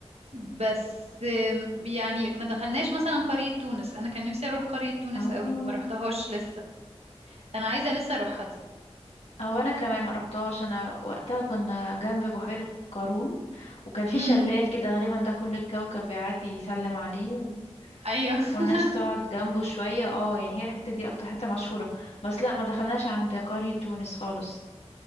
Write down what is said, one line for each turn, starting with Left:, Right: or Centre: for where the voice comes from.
Right: بس آم، يعني ما دخلناش مثلا قرية تونس انا كان نفسي اروح قرية تونس
Left: اه
Right: قوي ما روحتهاش لسه انا عايزة لسه اروحها دي
Left: او انا كمان ما روحتهاش انا وقتها كنا جنب بحيره قارون وكان في
Right: امم
Left: شلال كده غالبا ده كل الكوكب بيعدي يسلم عليه
Right: ايوه
Left: والناس
Right: <laughs>
Left: تقعد جنبه شوية اه يعني هي الحتة دي اكتر حتة مشهورة بس لا ما دخلناش عند قرية تونس خالص